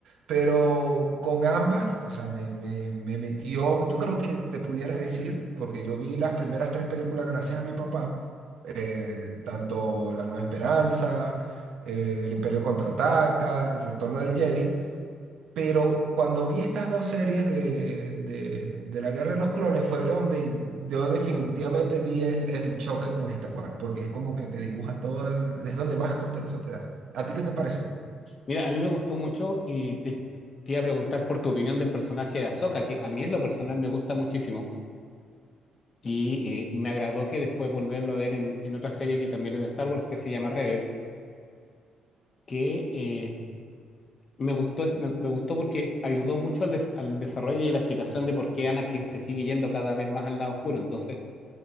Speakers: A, on the right; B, on the left.
A: pero con ambas, o sea, me, me, me metió, yo creo que te pudiera decir, porque yo vi las primeras tres películas gracias a mi papá eh, tanto La Nueva Esperanza, eh, El Imperio Contraataca, El Retorno del Jedi. Pero cuando vi estas dos series de, de- de la Guerra de los Clones, fueron donde yo definitivamente di el, el choque con Star Wars, porque es como que te dibuja todo, el- es donde más contexto te da. ¿A ti qué te pareció?
B: Mira, a mí me gustó mucho y te, te iba a preguntar por tu opinión del personaje de Ahsoka, que a mí en lo personal me gusta muchísimo. Y eh, me agradó que después volverlo a ver en, en otra serie que también es de Star Wars, que se llama Rebels, que eh, me gustó, es- me, me gustó porque ayudó mucho al, des- al desarrollo y a la explicación de por qué Anakin se sigue yendo cada vez más al lado oscuro. Entonces,